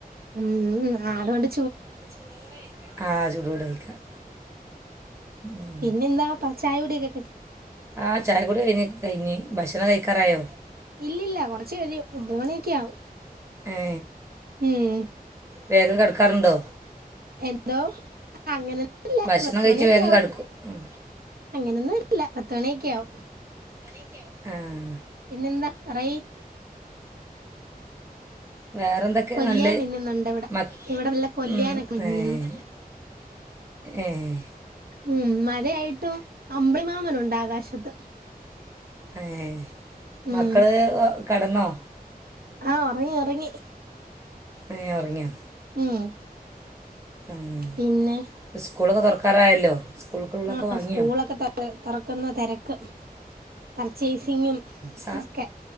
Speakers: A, on the right; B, on the right.
A: ഉം ഉം ആതോണ്ട്.
B: ചൂടോടെകഴിക്കാം ആ ചൂടോടെ കഴിക്കാം. ഉം.
A: പിന്നെന്താ പ ചായ കുടി ഒക്കെ കഴി
B: ആഹ് ചായക്കുടി കഴഞ്ഞി കഴിഞ്ഞി ഭക്ഷണം കഴിക്കാറായോ.
A: ഇല്ലല്ലാ, കുറച്ച് കഴിയും ഒൻമ്പത് മണിയൊക്കെ ആവും
B: ഏ
A: ഉം.
B: വേഗം കടക്കാറുണ്ടോ?
A: എന്തോ അങ്ങനൊന്നുല്ലാ,
B: ഭക്ഷണം
A: പത്തുമണിയൊക്കെ
B: കഴിച്ച് വേഗം
A: ആവും.
B: കിടക്കും ഉം.
A: അങ്ങനെന്നുല്ലാ, പത്തുമണിയൊക്കെ ആവും.
B: എണിക്കാൻ ആഹ്
A: പിന്നെന്താ, പറയ്.
B: വേറെന്തൊ ക്കേ
A: കൊല്ലിയാൻ
B: നല്ലത്
A: മിന്നുന്നുണ്ട് ഇവിടെ
B: മക്ക്
A: ഇവിടെ നല്ല കൊല്ലിയാനൊക്കെ
B: ഉം ഏഹ്
A: മിന്നുന്നു
B: ഏഹ്
A: ഉം, മഴയായിട്ടും. അമ്പളിമാമനുണ്ട് ആകാശത്ത്.
B: ഏഹ്
A: ഉം
B: മക്കള് കെടന്നോ.
A: ആഹ്, ഒറങ്ങി ഒറങ്ങി.
B: ഏഹ് ഒറങ്ങിയോ
A: ഉം.
B: ഉം,
A: പിന്നെ
B: സ്കൂളെക്കെ തുറക്കാറായല്ലോ. സ്കൂൾക്കുള്ളതൊക്കെ
A: ആഹ്,
B: വാങ്ങിയോ
A: സ്കൂളൊക്കെ തൊറക്കുന്ന തെരക്ക്. പർച്ചെയ്സിങ്ങിം
B: സ
A: ഒക്കെ.